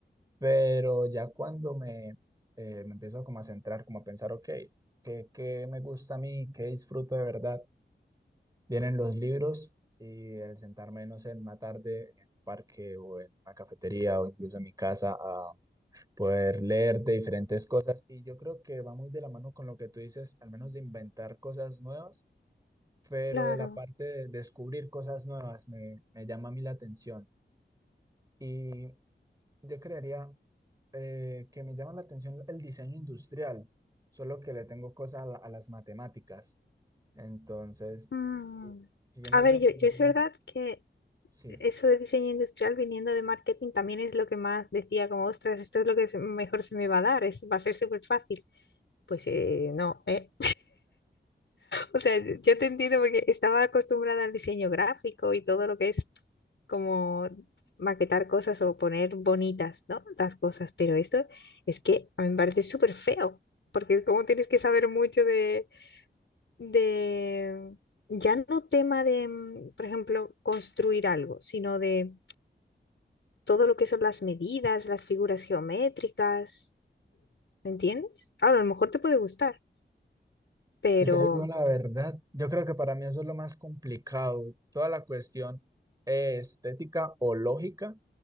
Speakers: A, on the right; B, on the left.
A: pero ya cuando me, eh, me empiezo como a centrar, como a pensar, ok, ¿qué, qué me gusta a mí? ¿Qué disfruto de verdad? Vienen los libros y el sentarme, no sé, en una tarde en un parque o en una cafetería o incluso en mi casa a poder leer de diferentes cosas. Y yo creo que va muy de la mano con lo que tú dices, al menos de inventar cosas nuevas, pero
B: claro.
A: de la parte de descubrir cosas nuevas me, me llama a mí la atención. Y yo crearía... eh, que me llama la atención el diseño industrial, solo que le tengo cosas a, la- a las matemáticas. Entonces,
B: Mm.
A: si si yo me
B: A
A: iría
B: ver, yo,
A: por
B: yo
A: alguna
B: es verdad
A: parte,
B: que
A: sí.
B: eso de diseño industrial viniendo de marketing también es lo que más decía, como, ostras, esto es lo que se- mejor se me va a dar, es, va a ser súper fácil. Pues eh, no, ¿eh? O sea, yo te entiendo porque estaba acostumbrada al diseño gráfico y todo lo que es como maquetar cosas o poner bonitas, ¿no? Las cosas, pero esto es que a mí me parece súper feo, porque es como tienes que saber mucho de, de, mm, ya no tema de, mm, por ejemplo, construir algo, sino de todo lo que son las medidas, las figuras geométricas, ¿me entiendes? Ahora, a lo mejor te puede gustar, pero
A: Si te digo la verdad, yo creo que para mí eso es lo más complicado. Toda la cuestión eh, estética o lógica,